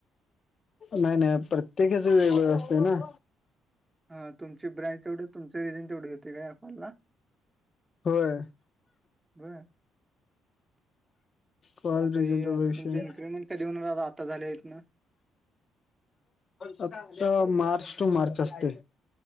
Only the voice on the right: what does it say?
हा तुमची ब्रँच तेवढी तुमचं रिजन तेवढे घेताय का आपनला?
बर
मग आता
हे
आता
तुमचं इन्क्रीमेंट कधी होनार आ -आता झालय हितन.